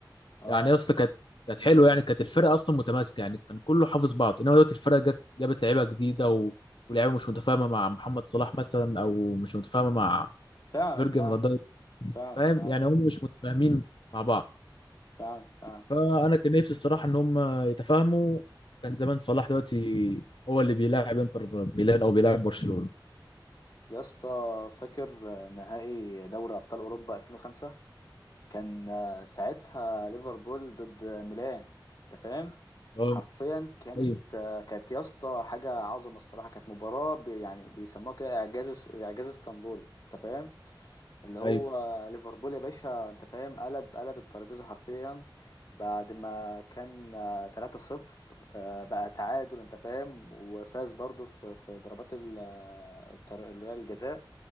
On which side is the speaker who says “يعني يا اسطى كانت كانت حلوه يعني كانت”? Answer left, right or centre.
Left